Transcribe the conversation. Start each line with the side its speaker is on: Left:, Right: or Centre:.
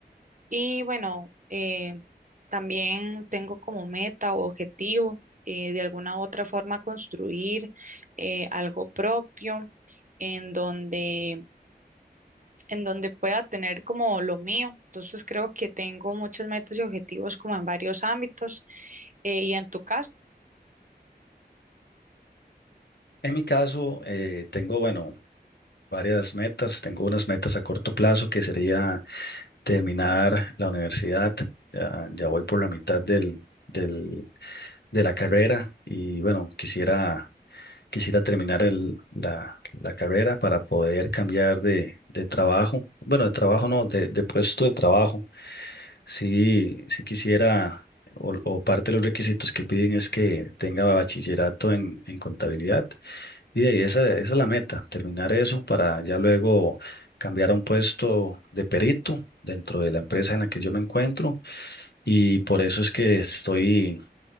Right: Y bueno, eh, también tengo como meta o objetivo eh, de alguna u otra forma construir eh, algo propio en donde, en donde pueda tener como lo mío. Entonces creo que tengo muchas metas y objetivos como en varios ámbitos. Eh, y en tu caso,
Left: En mi caso, eh, tengo, bueno, varias metas. Tengo unas metas a corto plazo que sería terminar la universidad. Ya, ya voy por la mitad del, del- de la carrera y bueno, quisiera, quisiera terminar el- la, la carrera para poder cambiar de, de trabajo. Bueno, de trabajo no, de de puesto de trabajo Sí, sí quisiera, o, o parte de los requisitos que piden es que tenga bachillerato en, en contabilidad. Y de ahí esa, esa es la meta, terminar eso para ya luego cambiar a un puesto de perito dentro de la empresa en la que yo me encuentro. Y por eso es que estoy